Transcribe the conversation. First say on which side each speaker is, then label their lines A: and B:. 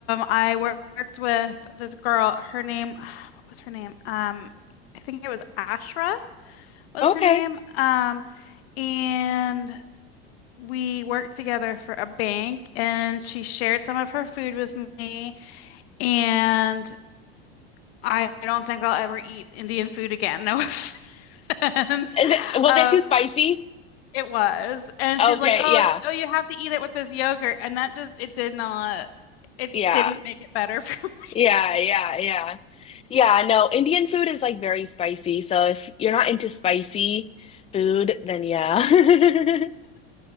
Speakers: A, on the left; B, on the left.
A: I wor- worked with this girl. Her name, <sighs> what was her name? Um, I think it was Ashra was
B: Okay.
A: her name. Um, and we worked together for a bank and she shared some of her food with me and I don't think I'll ever eat Indian food again. No offense.
B: Is
A: <laughs>
B: it was
A: Um,
B: it too spicy?
A: it was. And
B: Okay,
A: she's like, "Oh,
B: yeah.
A: oh, you have to eat it with this yogurt." And that just it did not it
B: Yeah.
A: didn't make it better <laughs> for me.
B: Yeah, yeah, yeah. Yeah, no, Indian food is like very spicy. So if you're not into spicy food, then yeah. <laughs>